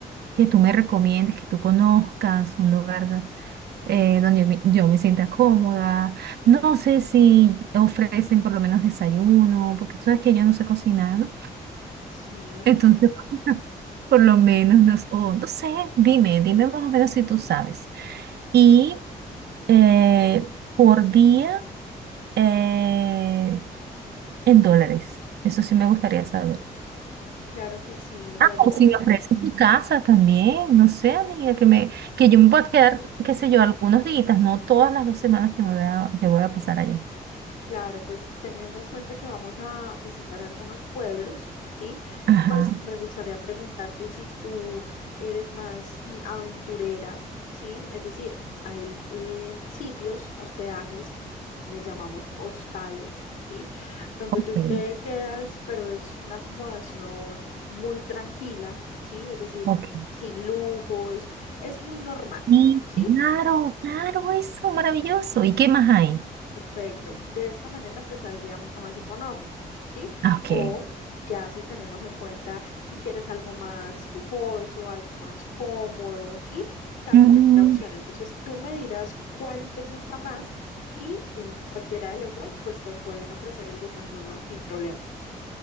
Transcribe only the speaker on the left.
Sí,
claro que sí. Bueno,
Claro, pues teniendo en cuenta que vamos a visitar algunos pueblos, ¿sí?
Pues me gustaría preguntarte si tú eres más eh, aventurera, ¿sí? Es decir, hay eh, sitios, hospedajes, les llamamos hostales, ¿sí? Donde
tú te quedas, pero es una acomodación muy tranquila, ¿sí? Es decir,
mm, sin lujos, es muy normal,
¿sí?
Perfecto. De esta manera te saldría mucho más económico, ¿sí?
O ya si tenemos en cuenta si quieres algo más lujoso, algo más cómodo, ¿sí? También
hay la opción. Entonces tú me dirás cuál te gusta más y en cualquiera de los dos, pues te pueden ofrecer el desayuno sin problema.